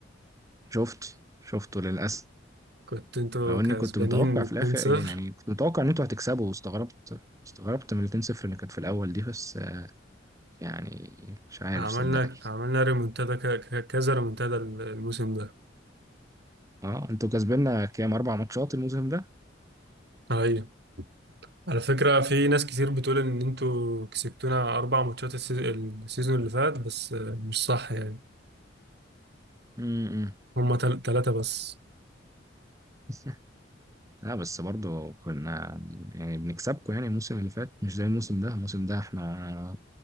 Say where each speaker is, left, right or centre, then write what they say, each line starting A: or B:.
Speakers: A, on the right; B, on the right.
A: شفت شفته للأسف
B: كنت انتوا
A: لو اني
B: كسبانين
A: كنت متوقع
B: 2-0
A: في الاخر يعني كنت متوقع ان انتوا هتكسبوا واستغربت استغربت من ال 2-0 اللي كانت في الاول دي بس يعني مش عارف
B: عملنا
A: صدقني
B: عملنا ريمونتادا ك- ك- كذا ريمونتادا الموسم ده
A: اه انتوا كسبنا كام اربع ماتشات الموسم ده
B: ايوه على فكرة في ناس كتير بتقول ان انتوا كسبتونا اربع ماتشات السيز- السيزون اللي فات بس مش صح يعني
A: امم
B: هما تل- تلاتة بس
A: <laughs> لا بس برضه كنا يعني بنكسبكم يعني الموسم اللي فات مش زي الموسم ده الموسم ده احنا